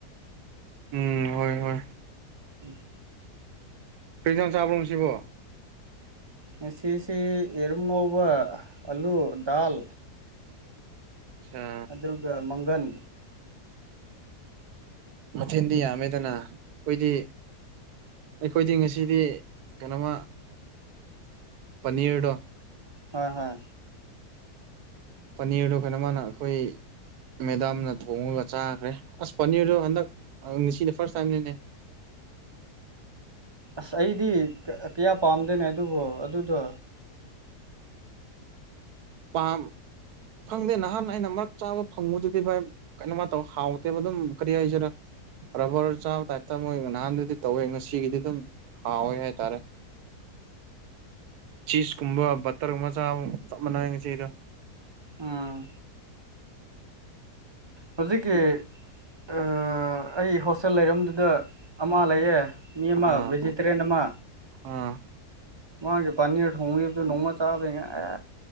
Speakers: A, on the right (about 75°); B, on the right (about 25°).
A: ꯎꯝ ꯍꯣꯏ ꯍꯣꯏ
B: ꯎꯝ
A: ꯀꯩ ꯏꯟꯖꯥꯡ ꯆꯥꯕ꯭ꯔꯣ ꯉꯁꯤꯕꯣ
B: ꯉꯁꯤꯁꯤ ꯌꯦꯔꯨꯝ ꯉꯧꯕ ꯑꯂꯨ ꯗꯥꯜ
A: ꯑꯠꯆꯥ
B: ꯑꯗꯨꯗ ꯃꯪꯒꯟ
A: ꯃꯊꯦꯟꯗꯤ ꯌꯥꯝꯃꯦꯗꯅ ꯑꯈꯣꯏꯗꯤ ꯑꯩꯈꯣꯏꯗꯤ ꯉꯁꯤꯗꯤ ꯀꯩꯅꯣꯃ ꯄꯅꯤꯔꯗꯣ
B: ꯍꯣꯏ ꯍꯣꯏ
A: ꯄꯅꯤꯔꯗꯣ ꯀꯩꯅꯣ ꯃꯥꯅ ꯑꯈꯣꯏ ꯃꯦꯗꯥꯝꯅ ꯊꯣꯡꯉꯒ ꯆꯥꯈ꯭ꯔꯦ ꯑꯁ ꯄꯅꯤꯔꯗꯨ ꯍꯟꯗꯛ ꯉꯁꯤꯗꯤ ꯐꯔꯁ ꯇꯥꯏꯝꯅꯤꯅꯦ <unintelligible>
B: ꯑꯁ ꯑꯩꯗꯤ ꯀꯌꯥ ꯄꯥꯝꯗꯦꯅꯦ ꯑꯗꯨꯕꯣ ꯑꯗꯨꯗꯣ
A: ꯄꯥꯝ ꯈꯪꯗꯦ ꯅꯍꯥꯟ ꯑꯩꯅ ꯃꯛ ꯆꯥꯕ ꯐꯪꯕꯗꯨꯗꯤ ꯚꯥꯏ ꯀꯩꯅꯣꯃ ꯇꯧ ꯍꯥꯎꯇꯦꯕ ꯑꯗꯨꯝ ꯀꯔꯤ ꯍꯥꯏꯁꯤꯔ ꯔꯕꯔ ꯆꯥꯕ ꯇꯥꯏꯞꯇ ꯃꯣꯏ ꯅꯍꯥꯟꯗꯤ ꯇꯧꯋꯦ ꯉꯁꯤꯒꯤꯗꯤ ꯑꯗꯨꯝ ꯍꯥꯎꯋꯦ ꯍꯥꯢ ꯇꯔꯦ ꯆꯤꯁꯀꯨꯝꯕ ꯕꯇꯔꯒꯨꯝꯕ ꯆꯥꯕ ꯆꯞ ꯃꯥꯟꯅꯩ ꯉꯁꯤꯒꯤꯗꯣ
B: ꯑꯨꯝ ꯍꯧꯖꯤꯛꯀꯤ ꯑ ꯑꯩ ꯍꯣꯁꯇꯦꯜ ꯂꯩꯔꯝ ꯗ ꯑꯃ ꯂꯩꯌꯦ ꯃꯤ ꯑꯃ
A: ꯑꯥ
B: ꯚꯦꯖꯤꯇꯦꯔꯦꯟ ꯑꯃ
A: ꯑꯥ
B: ꯃꯥꯒꯤ ꯄꯥꯅꯤꯔ ꯊꯣꯡꯕꯒꯤꯗꯨ ꯅꯣꯡꯃ ꯆꯥꯕꯗꯩꯅꯦ ꯑꯦ